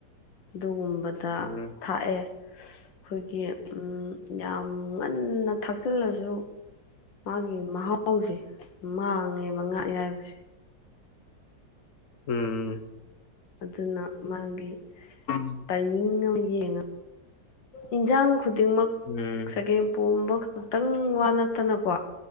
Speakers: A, on the left; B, on the left.
A: ꯗꯨꯝ ꯑꯃꯗ
B: ꯎꯝ
A: ꯊꯥꯛꯑꯦ ꯑꯩꯈꯣꯏꯒꯤ ꯌꯥꯝ ꯉꯟꯅ ꯊꯥꯛꯆꯤꯜꯂꯁꯨ ꯃꯥꯒꯤ ꯃꯍꯥꯎꯁꯦ ꯃꯥꯡꯉꯦꯕ ꯉꯥ ꯑꯌꯥꯏꯕꯁꯦ
B: ꯎꯝ
A: ꯑꯗꯨꯅ ꯃꯥꯒꯤ
B: ꯎꯝ
A: ꯇꯥꯏꯃꯤꯡ ꯌꯦꯡꯉ ꯏꯟꯖꯥꯡ ꯈꯨꯗꯤꯡꯃꯛ
B: ꯎꯝ
A: ꯆꯒꯦꯝ ꯄꯣꯝꯕ ꯉꯥꯛꯇꯪ ꯋꯥ ꯅꯠꯇꯅꯀꯣ